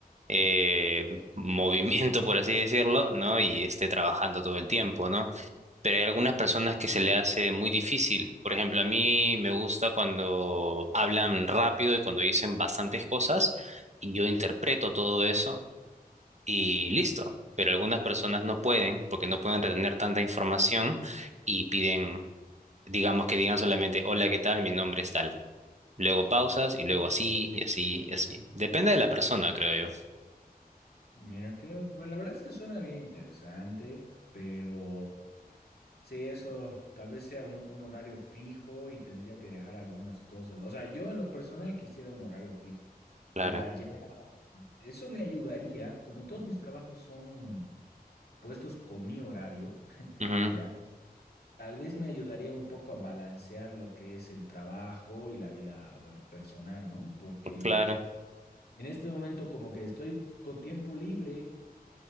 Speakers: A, on the right (about 45°); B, on the left (about 80°).
A: eh, <laughs> movimiento, por así decirlo, ¿no? Y esté trabajando todo el tiempo, ¿no? pero hay algunas personas que se le hace muy difícil. Por ejemplo, a mí me gusta cuando hablan rápido y cuando dicen bastantes cosas y yo interpreto todo eso y listo. Pero algunas personas no pueden porque no pueden retener tanta información y piden, digamos que digan solamente, hola, ¿qué tal? Mi nombre es tal. Luego pausas y luego así y así y así. Depende de la persona, creo yo.
B: Mira que, bueno, la verdad es que suena bien interesante, pero sí, eso tal vez sea un, un horario fijo y tendría que dejar algunas cosas. O sea, yo en lo personal quisiera un horario fijo
A: Claro.
B: para ya. Eso me ayudaría, como todos mis trabajos son puestos con mi horario, <laughs>
A: Ujú.
B: ya, tal vez me ayudaría un poco a balancear lo que es el trabajo y la vida, bueno, personal, ¿no? Porque
A: Claro.
B: en este momento como que estoy con tiempo libre.